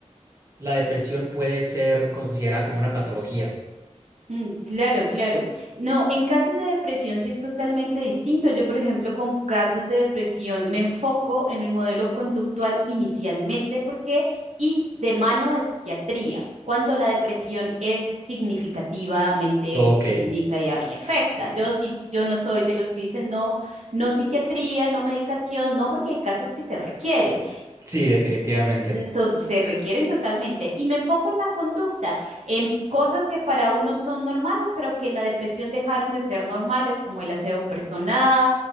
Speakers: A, on the right; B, on the right.
A: La depresión puede ser considerada como una patología.
B: Mm, Claro, claro. No, en casos de depresión sí es totalmente distinto. Yo, por ejemplo, con casos de depresión me enfoco en el modelo conductual inicialmente porque y de mano de psiquiatría, cuando la depresión es significativamente
A: Ok,
B: clínica y, a- y afecta. Yo sí, yo no soy de los que dicen no, no psiquiatría, no medicación, no porque hay casos que se requieren.
A: sí, definitivamente.
B: to- se requieren totalmente. Y me enfoco en la conducta, en cosas que para uno son normales, pero que en la depresión dejaron de ser normales, como el aseo personal,